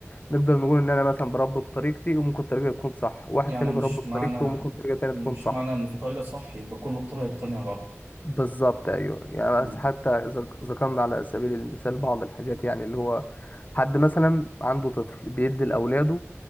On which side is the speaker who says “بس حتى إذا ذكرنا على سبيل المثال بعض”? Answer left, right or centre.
Left